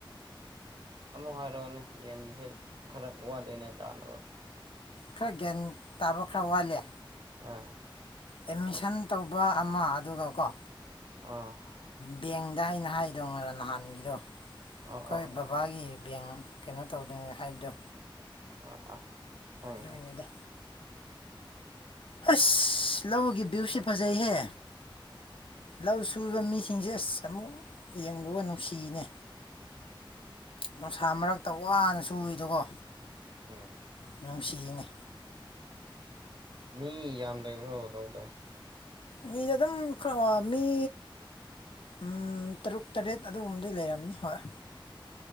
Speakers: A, on the right; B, on the left.
A: ꯑꯃꯨꯛ ꯍꯥꯏꯔꯛꯑꯣꯅꯦ ꯌꯦꯟꯁꯦ ꯈꯔ ꯋꯥꯠꯂꯤꯅꯦ ꯇꯥꯅꯕ
B: ꯈꯔ ꯒ꯭ꯌꯥꯟ ꯇꯥꯕ ꯈꯔ ꯋꯥꯠꯂꯦ
A: ꯑꯥ
B: ꯑꯦꯠꯃꯤꯁꯟ ꯇꯧꯕ ꯑꯃ ꯑꯗꯨꯒ ꯀꯣ
A: ꯑꯥ
B: ꯕꯦꯡꯗ ꯑꯩꯅ ꯍꯥꯏꯗꯧ ꯉꯔ ꯅꯍꯥꯟꯒꯤꯗꯣ ꯑꯩꯈꯣꯏ
A: ꯑꯣ ꯑꯣ ꯑꯣ
B: ꯕꯕꯥꯒꯤ ꯕꯦꯡ ꯀꯩꯅꯣ ꯇꯧꯗ꯭ꯔꯤꯉ ꯍꯥꯏꯕꯗꯣ
A: ꯑ ꯑꯥ ꯈꯪꯉꯦ
B: ꯑꯗꯨꯃꯤꯉꯗ
A: ꯈꯪꯉꯦ
B: ꯑꯁ ꯂꯧꯒꯤ ꯚ꯭ꯌꯨꯁꯤ ꯐꯖꯩꯍꯦ ꯂꯧ ꯁꯨꯕ ꯃꯤꯁꯤꯡꯁꯦ ꯑꯁ ꯑꯃꯨꯛ ꯌꯦꯡꯒ ꯅꯨꯡꯁꯤꯅꯦ ꯅꯨꯡꯁꯥ ꯃꯔꯛꯇ ꯋꯥꯅ ꯁꯨꯏꯗꯀꯣ
A: ꯎꯝ
B: ꯅꯨꯡꯁꯤꯅꯤ
A: ꯃꯤ ꯌꯥꯝ ꯂꯩꯕ꯭ꯔꯣ ꯂꯧꯗ
B: ꯃꯤꯗ ꯑꯗꯨꯝꯔ ꯃꯤ ꯎ ꯇꯔꯨꯛ ꯇꯔꯦꯠ ꯑꯗꯨꯒꯨꯝꯕꯗꯤ ꯂꯩꯔꯝꯅꯤ ꯍꯣꯏ